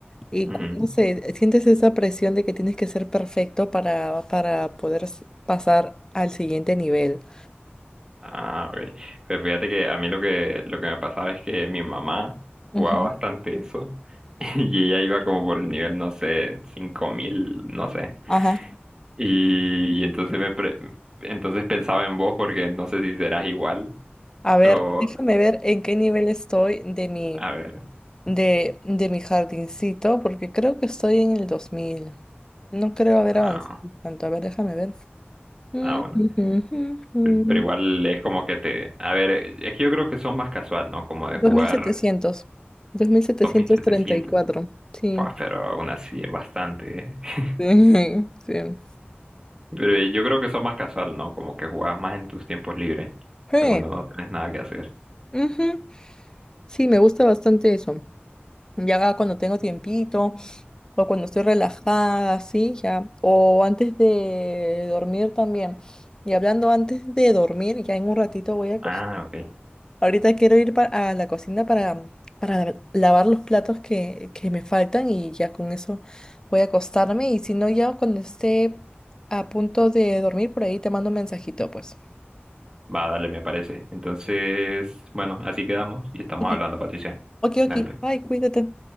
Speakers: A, on the left; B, on the right.
A: y,
B: Ujú.
A: cu- no sé, sientes esa presión de que tienes que ser perfecto para, para poder s- pasar al siguiente nivel.
B: Ah, ok. Pues fíjate que a mí lo que, lo que me pasaba es que mi mamá
A: Ujú.
B: jugaba bastante eso. <laughs> Y ella iba como por el nivel, no sé, 5000 no sé.
A: Ajá.
B: Y, y entonces me pre- entonces pensaba en vos porque no sé si serás igual
A: A ver,
B: o...
A: déjame ver en qué nivel estoy de mi,
B: A ver.
A: de, de mi jardincito, porque creo que estoy en el 2000. No creo haber
B: Ah,
A: avanzado tanto. A ver, déjame ver. Mm,
B: ah, bueno.
A: ujú, ujú, ujú.
B: Pero pero igual es como que te... A ver, eh, es que yo creo que son más casual, ¿no? Como de
A: 2700.
B: jugar
A: 2734.
B: dos mil setecientos
A: Sí.
B: Fua, pero aún así es bastante, ¿eh? <laughs>
A: Sí. <laughs> Sí.
B: Pero yo creo que son más casual, ¿no? Como que jugás más en tus tiempos libres.
A: Sí.
B: O sea, cuando no tenés nada que hacer.
A: ujú. Sí, me gusta bastante eso. Ya cuando tengo tiempito o cuando estoy relajada, sí, ya. O antes de dormir también. Y hablando antes de dormir, ya en un ratito voy a acostarme.
B: Ah, ok.
A: Ahorita quiero ir pa- a la cocina para, para la- lavar los platos que, que me faltan y ya con eso voy a acostarme. Y si no, ya cuando esté a punto de dormir, por ahí te mando un mensajito, pues.
B: Va, dale, me parece. Entonces, bueno, así quedamos y estamos
A: Ok,
B: hablando, Patricia.
A: ok,
B: Dale,
A: ok.
B: pues.
A: Bye, cuídate.